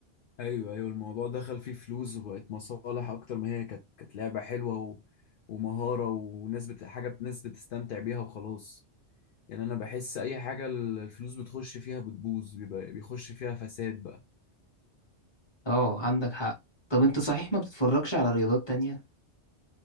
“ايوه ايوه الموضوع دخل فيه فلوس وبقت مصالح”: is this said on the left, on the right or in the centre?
Left